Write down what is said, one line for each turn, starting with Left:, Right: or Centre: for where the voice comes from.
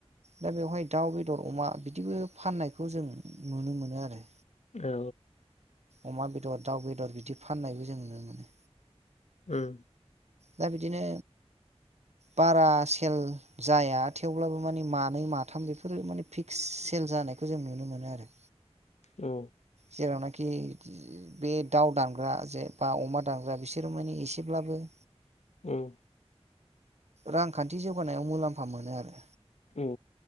Right: दा बेवहाय दाउ बेदर अमा बिदिबो फाननायखौ जों नुनो मोनो आरो।
Left: औ।
Right: अमा बेदर दाउ बेदर बिदि फाननायबो जों नुनो मोनो।
Left: ओम।
Right: दा बिदिनो। बारा सेल जाया थेवब्लाबो माने मानै माथाम बेफोरो माने। फिक्स सेल जानायखौ जों नुनो मोनो आरो।
Left: औ।
Right: जेरावनाखि बे दाउ दानग्रा जे बा अमा दानग्रा बिसोरो माने इसेब्लाबो।
Left: औ।
Right: रांखान्थि जौगानायाव मुलाम्फा मोनो आरो।
Left: औ